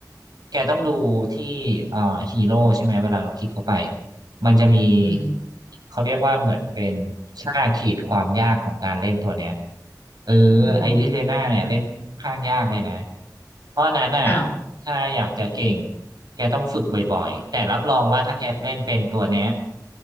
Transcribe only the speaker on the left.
อืม
อืม
อ้าว